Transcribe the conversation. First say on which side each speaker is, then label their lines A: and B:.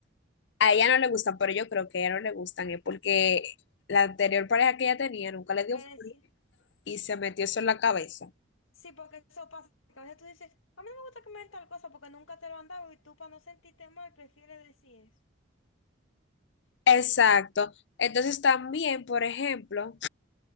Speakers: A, on the left; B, on the left.
A: A ella no le gustan, pero yo creo que a ella no le gustan, es porque la anterior pareja que ella tenía nunca le dio
B: Le
A: flores
B: decía.
A: y se metió eso en la cabeza.
B: Sí, porque eso pasa, que a veces tú dices, a mí no me gusta que me den tal cosa porque nunca te lo han dado y tú para no sentirte mal prefieres decir eso.
A: Exacto. Entonces también, por ejemplo,